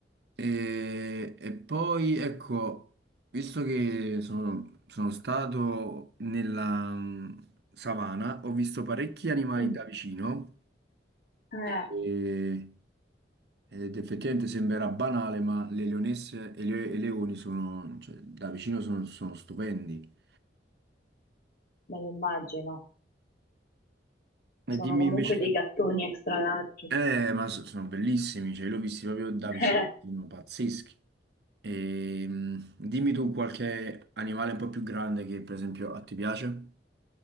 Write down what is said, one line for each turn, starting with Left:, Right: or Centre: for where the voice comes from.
Right: E, e poi ecco, visto che sono, sono stato nella mm, savana, ho visto parecchi animali
Left: Mm.
Right: da vicino
Left: Eh,
Right: e- ed effettivamente sembrerà banale, ma le leonesse e le- e i leoni sono, cioè, da vicino sono, sono stupendi.
Left: me lo immagino. Sono
Right: E dimmi
Left: comunque
Right: invece,
Left: dei gattoni extra larghi.
Right: eh, ma so- sono bellissimi, cioè, li ho visti proprio da
Left: <laughs>
Right: vicino,
Left: Eh,
Right: sono pazzeschi. E, mm, dimmi tu qualche animale un po' più grande che per esempio a ti piace?